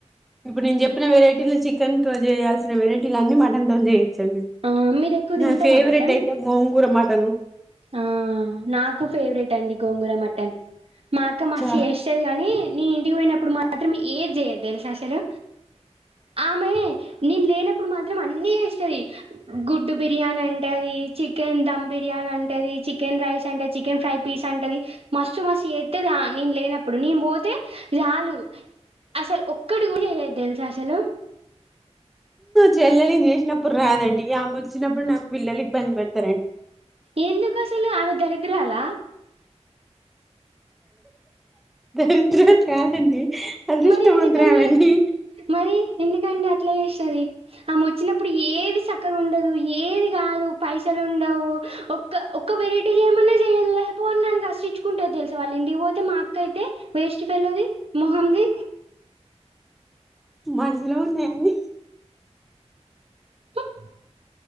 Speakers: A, in the centre; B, on the right.
A: ఇప్పుడు నేను చెప్పిన వెరైటీలు చికెన్ తో చేయాల్సిన వెరైటీలన్నీ మటన్ తో చే
B: ఆ, మీరు ఎక్కువ
A: నా
B: తింటారా
A: ఫేవరెట్
B: మటన్
A: అయితే గోంగూర మట్ తను
B: ఆ నాకు ఫేవరెట్ అండి గోంగూర మటన్ మాఅత్తమ్మ
A: చా
B: చేసేది కాని నీను ఇంటికి పోయినప్పుడు మాత్రం ఏది చేయదు తెలుసా అసలు ఆమె నేను లేనప్పుడు మాత్రం అన్నీ చేస్తుంది గుడ్డు బిర్యానీ అంటాది చికెన్ దమ్ బిర్యానీ అంట చికెన్ రైస్ అంట, చికెన్ ఫ్రై పీస్ అంటంది మస్తు మస్తు చేత్తాది నేను లేనప్పుడు నేను పోతే చాలు అసల్ ఒక్కటి కూడా చెయ్యాదు తెలుసా అసలు
A: చెల్లెలి కి చేసినప్పుడు రాదండి ఆమె వచ్చినప్పుడు నాకు పిల్లలు ఇబ్బంది పెడతారండి
B: ఎందుకు అసలు ఆమె దరిద్రాల
A: దరిద్రలు కాదండి అదృష్టవంతురాలండి
B: మరి ఎందుకండి మరి ఎందుకండి అట్లా చేస్తాది ఆమె వచ్చినప్పుడు ఏది చక్కగా ఉండదు ఏది కాదు పైసలు ఉండవు ఒక్క వెరైటీ చేయమన్నా చేయదు పో అన్నానికి అసహ్యహించుకుంటది తెలుసు వాళ్ళ ఇంటికి పోతే మాఅక్క అయితే వేస్ట్ ఫెలోది మొహంది
A: మనస్సులో ఉన్నాయా అన్ని
B: త <inaudible>